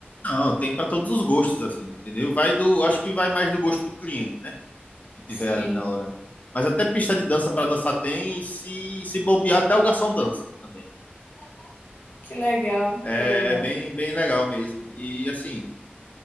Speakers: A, on the left; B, on the left.
A: Não, tem pra todos os gostos assim, entendeu? Vai do, acho que vai mais do gosto do cliente, né? Que tiver
B: Sim,
A: ali na hora. Mas até pista de dança pra dançar tem, e se se bobear até o garçom dança também.
B: que legal,
A: É,
B: que legal.
A: é bem bem legal mesmo. E assim,